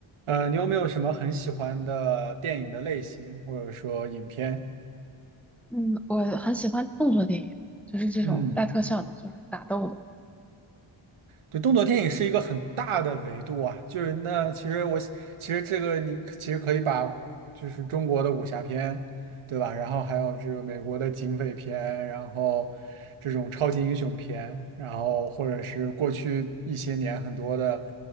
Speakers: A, on the right; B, in the centre.
A: 呃，你有没有什么很喜欢的电影的类型，或者说影片？
B: 嗯，我很喜欢动作电影，就是这种带特效的，
A: 嗯。
B: 就是打斗的。
A: 对，动作电影是一个很大的维度啊，就是那其实我其实这个你其实可以把就是中国的武侠片，对吧？然后还有这个美国的警匪片，然后这种超级英雄片，然后或者是过去一些年很多的，